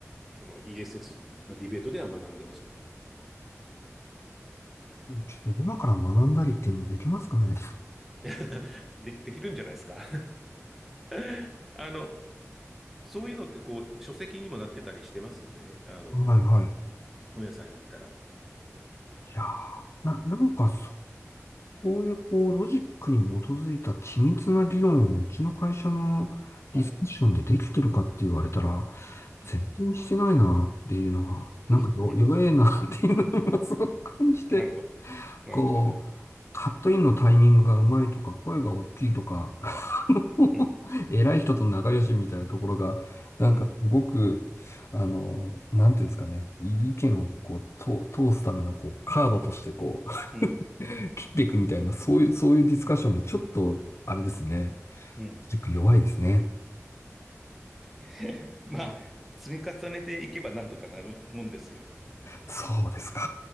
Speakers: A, in the centre; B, on the left (about 55°).
A: その ESS のディベートでは学んでましたね。
B: ちょっと今から学んだりっていうのできますかね。
A: <laughs> でき、できるんじゃないですか。<laughs> あの、そういうのってこう、書籍にもなってたりしてますんでね。あの、
B: はい、はい。い
A: 本屋さんに行ったら。
B: やーな、なんかそうこういうこうロジックに基づいた緻密な理論をうちの会社のディスカッションでできてるかって言われたら、
A: はい。うん。
B: 全然してないなっていうのは、なんかよ弱えなっていうのを今すごく感じて、
A: <laughs> なるほど。なるほどね。
B: こう、カットインのタイミングがうまいとか、声が大きいとか、あの偉い人と仲良しみたいなところが、
A: うん。
B: なんかすごく、
A: うん。
B: あの、なんていうんですかね、意見をこう、と通すためのこう、カードとしてこう、
A: うん。
B: 切っていくみたいな、そういう、そういうディスカッションで、ちょっと、あれですね。
A: うん。
B: ちょっと弱いですね。
A: <laughs> まあ、積み重ねていけばなんとかなるもんですよ。
B: そうですか。